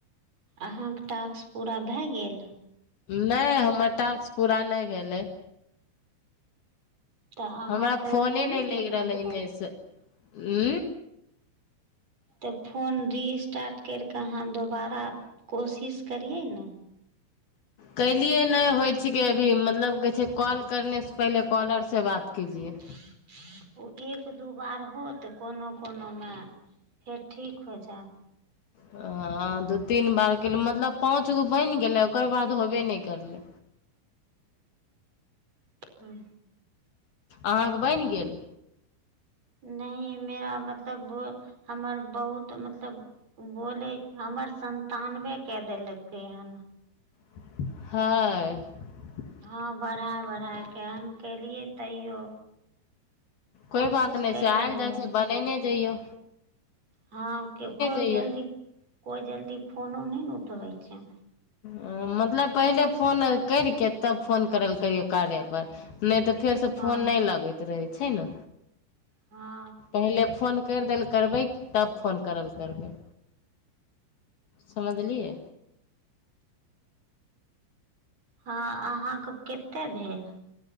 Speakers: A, on the right (about 35°); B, on the left (about 60°).
A: अहाँके टास्क पूरा भए गेल
B: नहि हमर टास्क पूरा नहि भेलै
A: तऽ अहाँ
B: हमरा
A: केलियै
B: फोने
A: ने
B: नहि लगि
A: केकरो
B: रहलै
A: फोन
B: एने से उ
A: तऽ फोन रिस्टार्ट करि कऽ अहाँ दोबारा कोशिश करियै ने
B: कलियै नहि होइ छिकै अभी मतलब कहै छै कॉल करनेसँ पहिले कॉलरसँ बात कीजिए
A: ह हँ एक दू बार होत कोनो कोनोमे फेर ठीक हो जायत
B: हँ दू तीन बार कली मतलब पाँच गो बनि गेलै ओकर बाद होबे नहि करलै
A: हँ
B: अहाँके बनि गेल
A: नहि मेरा मतलब बो हमर बहुत मतलब बोलै हमर संन्तानबे क देलकै हन
B: ह
A: हँ बढ़ा बढ़ा कऽ हम केलियै तैयो कोशिश
B: कोइ बात नहि
A: करि
B: छै
A: रहलियै
B: आयल जाइ
A: हन
B: छै बनने जइयो
A: हँ के कोइ
B: जइयौ
A: जल्दी कोइ जल्दी फोनो नहि ने उठबै छै
B: ह मतलब पहिले फोन करिके तब फोन करल करियौ कारे पर ने ते फेर से फोन
A: हँ
B: न लगेत रहै छै ने
A: हँ
B: पहिले फोन करि द ल करबै तब फोन करल करबै समझलियै
A: हँ अहाँके कतेक भेल